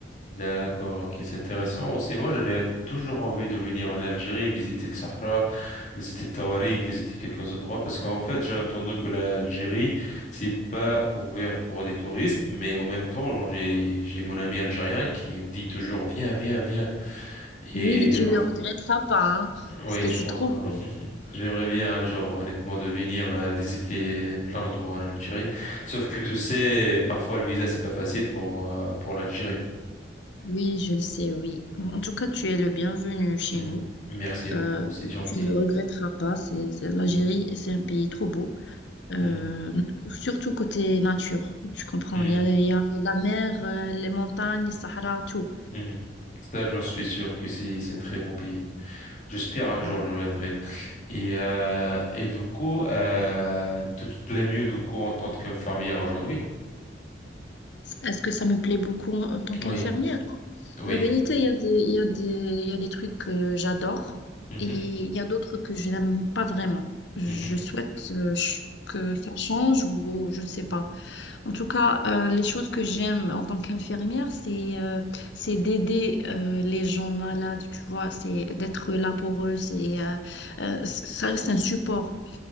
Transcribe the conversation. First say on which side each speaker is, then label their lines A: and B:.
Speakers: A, on the left (about 40°); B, on the left (about 75°).
A: D'accord, ok, c'est intéressant. Aussi, moi, j'avais toujours envie de venir en Algérie, visiter le Sahara, visiter Tawarik, visiter quelques endroits, parce qu'en fait, j'ai entendu que l'Algérie, c'est pas ouvert pour des touristes, mais en même temps, j'ai, j'ai mon ami algérien qui me dit toujours, viens, viens, viens. Et
B: Oui, tu
A: elle-
B: ne le regretteras pas, hein,
A: Oui,
B: parce que
A: je
B: c'est
A: pense
B: trop
A: pas.
B: beau.
A: <laughs> J'aimerais bien un jour, honnêtement, de venir euh, visiter plein d'endroits en Algérie. Sauf que tu sais, parfois le visa, c'est pas facile pour, euh, pour l'Algérie.
B: Oui, je le sais, oui. En tout cas, tu es le bienvenu chez
A: Mm.
B: nous.
A: Merci beaucoup,
B: Euh,
A: c'est gentil.
B: tu ne le regretteras pas. C'est, c'est- l'Algérie,
A: Mm.
B: c'est un pays trop beau. Euh,
A: Mm.
B: surtout côté nature, tu comprends.
A: Mm.
B: Il y a, il y a la mer, euh, les montagnes, le Sahara, tout.
A: Mhm. Ça, j'en suis sûr que c'est c'est un très beau pays. J'espère un
B: Oui.
A: jour, je reviendrai. Et, euh, et du coup, euh, tu te plais mieux du coup en tant qu'infirmière aujourd'hui?
B: Est-ce que ça me plaît beaucoup en, en tant qu'infirmière?
A: Oui, oui.
B: La vérité, il y a des, il y a des, il y a des trucs que j'adore
A: Mhm.
B: et il y a d'autres que je n'aime pas vraiment. Je
A: Mhm.
B: souhaite euh, ch- que ça change ou je ne sais pas. En tout cas, euh, les choses que j'aime en tant qu'infirmière, c'est euh, c'est d'aider euh, les gens malades, tu vois, c'est d'être là pour eux, c'est euh, euh, c- ça reste un support,